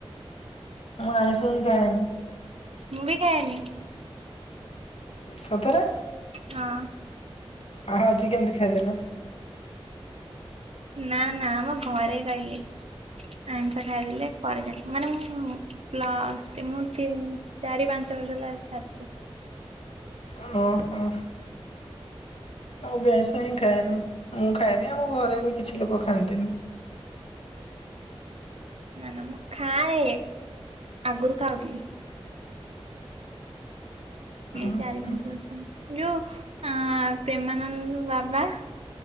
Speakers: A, on the left; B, on the right.
A: ଆଉ ଆଇଁଷ ହି ଖାଏନି।
B: ମୁଁ ବି ଖାଇନି।
A: ସତରେ।
B: ହଁ।
A: ଆ ଆଜି କେମିତି ଖାଇଦେଲେ।
B: ନା ନା ଆମ ଘରେ କାଇଲେ। ଆଂଷ ଖାଇଦେଲେ ପରେ ଯାଣି ମାନେ ମୁଁ ପ୍ଲସ୍ ତିନି ଚାରି ପାଞ୍ଚ ବର୍ଷ ହେଲା ଛାଡିଚି।
A: ଓ ହୋ। ଆଉ ଅଭ୍ୟାସ ନାହିଁ ଖାଏନି ମୁଁ ଖାଏନି ଆମ ଘରେ ବି କିଛି ଲୋକ ଖାଆନ୍ତିନି।
B: ନା ନା ମୁଁ ଖାଏ ଆଗରୁ ଖାଉଥିଲି।
A: ଉଁ
B: ଏଇ ଚାରି
A: ହୁଁ
B: ପାଞ୍ଚ ବର୍ଷ ଯୋଉ ଆ ପ୍ରେମାନନ୍ଦ ବାବା।